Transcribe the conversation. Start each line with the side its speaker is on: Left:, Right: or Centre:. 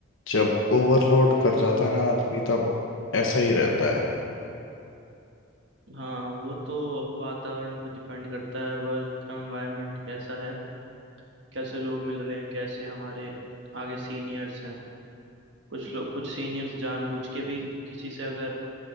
Left: जब ओवरलोड कर जाता है ना आदमी तब ऐसा ही रहता है
Right: हाँ वो तो अब वातावरण पे डिपेंड करता है वर्क एनवायरनमेंट कैसा है कैसे लोग मिल रहे हैं कैसे हमारे आगे सीनियर्स हैं कुछ लोग कुछ सीनियर्स जानबूझ के भी किसी से अगर